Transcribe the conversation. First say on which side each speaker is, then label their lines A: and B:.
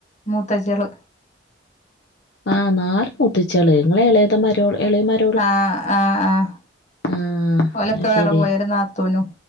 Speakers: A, on the left; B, on the left.
A: മൂത്തച്ചികള്
B: ആഹ് നാല് മുത്തിച്ചികള് നിങ്ങള് എ ളയതൊ മരുമോള് എളയ മരുമോൾള്
A: ആഹ് ആഹ് ആഹ്
B: ആഹ്
A: ഓലൊക്കെ
B: അത് ശരി
A: വേറെ പോയ രു നാത്തൂനും